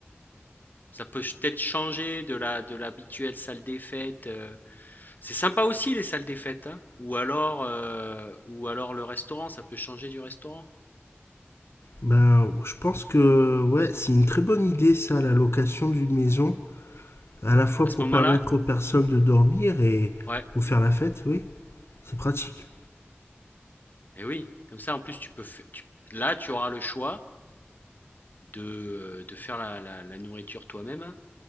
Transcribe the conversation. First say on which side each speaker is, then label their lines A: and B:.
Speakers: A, on the left (about 45°); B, on the left (about 75°).
A: Ça peut peut-être changer de la de l'habituelle salle des fêtes. euh. C'est sympa aussi les salles des fêtes, hein. Ou alors euh, ou alors le restaurant, ça peut changer du restaurant.
B: Ben, je pense que ouais, c'est une très bonne idée ça, la location d'une maison, à la fois
A: À ce
B: pour
A: moment-là,
B: permettre aux personnes de dormir et
A: ouais.
B: pour faire la fête, oui, c'est pratique.
A: Et oui, comme ça en plus tu peux fa- tu- là tu auras le choix de, euh, de faire la, la- la nourriture toi-même hein,